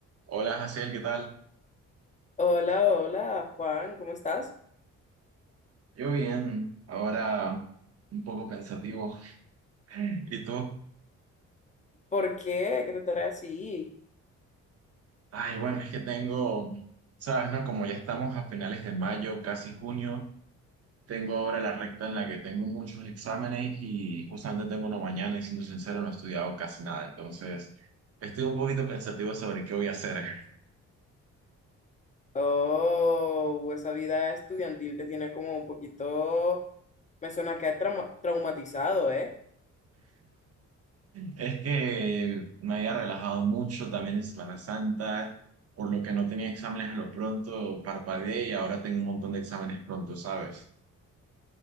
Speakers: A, on the right; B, on the left.
A: Hola, Jaciel, ¿qué tal?
B: Hola, hola, Juan, ¿cómo estás?
A: Yo bien, ahora un poco pensativo. <laughs> ¿Y tú?
B: ¿Por qué? ¿Qué te trae así?
A: Ay, bueno, es que tengo, sabes, ¿no? Como ya estamos a finales de mayo, casi junio, tengo ahora la recta en la que tengo muchos exámenes y justamente tengo uno mañana y siendo sincero no he estudiado casi nada, entonces estoy un poquito pensativo sobre qué voy a hacer.
B: Oh, esa vida estudiantil te tiene como un poquito, me suena que ha trauma- traumatizado, ¿eh?
A: Es que me había relajado mucho también en Semana Santa, por lo que no tenía exámenes a lo pronto, parpadeé y ahora tengo un montón de exámenes pronto, ¿sabes?